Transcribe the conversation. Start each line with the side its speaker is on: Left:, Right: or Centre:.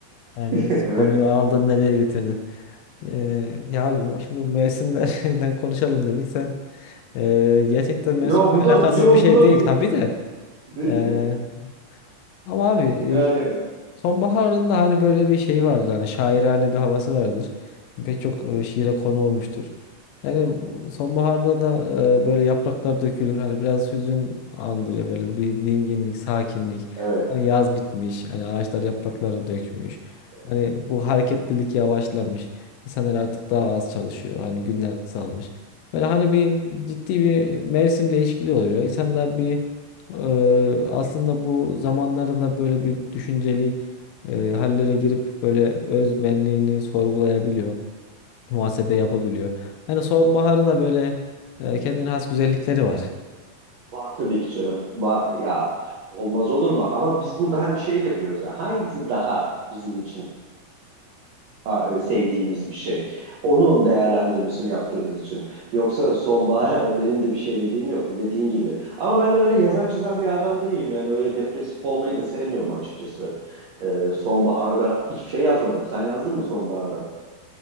Left: Yani
Right: <laughs> Evet.
Left: konuyu aldın nereye getirdin? Ee, ya bu- şimdi mevsimlerden <laughs> konuşalım dedik. Sen ee, gerçekten mevsimle
Right: Yo bu da
Left: alakasız
Right: yo
Left: bir şey
Right: bu da
Left: değil
Right: bu
Left: tabii de.
Right: değil
Left: Ee,
Right: ya.
Left: ama abi e,
Right: Yani evet.
Left: Sonbaharın da hani böyle bir şeyi vardır. Hani şairane bir havası vardır. Pek çok e, şiire konu olmuştur. Yani bu sonbaharda da e, böyle yapraklar dökülür. Hani biraz hüzün andırıyor böyle bir dinginlik, sakinlik.
Right: Evet. Evet.
Left: Hani yaz bitmiş, hani ağaçlar yapraklarını dökmüş.
Right: Evet.
Left: Hani bu hareketlilik yavaşlamış. İnsanlar artık
Right: Evet.
Left: daha az çalışıyor. Hani günler kısalmış.
Right: evet.
Left: Böyle hani bir ciddi bir mevsim değişikliği oluyor. İnsanlar bir e, aslında bu zamanlarda da böyle bir düşünceli e, hallere girip böyle öz benliğini sorgulayabiliyor, muhasebe yapabiliyor. Hani sonbaharın da böyle e, kendine has güzellikleri var.
Right: Var tabii ki canım. Var ya. Olmaz olur mu? Ama biz burada hani şey yapıyoruz. ya, Hangisi daha bizim için a- e, sevdiğimiz bir şey? Onun değerlendirmesini yaptığımız için. Yoksa sonbahara <laughs> benim de bir şey dediğim yok. Dediğin gibi. Ama ben de öyle yazan çizen bir adam değilim. Yani öyle depresif olmayı da sevmiyorum açıkçası. Ee, sonbaharda hiçbir şey yazmadım. Sen yazdın mı sonbaharda?